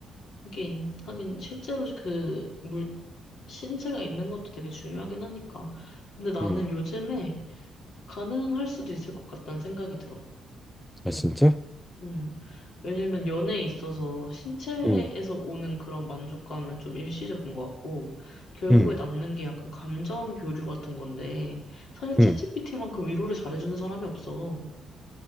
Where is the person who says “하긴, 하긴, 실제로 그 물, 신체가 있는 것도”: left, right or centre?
Left